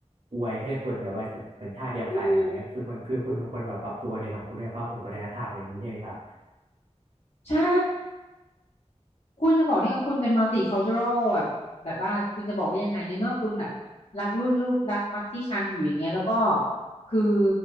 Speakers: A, on the right; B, on the left.
A: อวยแค่คนแบบว่าสัญสัญชาติเดียวกันอะไรแบบเนี้ยคือมันคือคุณควรแบบปรับตัวในสังคมในสภาพของวัฒนธรรมอะไรอย่างนี้ใช่ไหมครับ
B: อืมใช่ คุณจะบอกได้ไงว่าคุณเป็น multicultural แบบแบบว่าคุณจะบอกได้ยังไงในเมื่อคุณแบบรักลูกลูกรักปักที่ชังอยู่อย่างเงี้ยแล้วก็คือ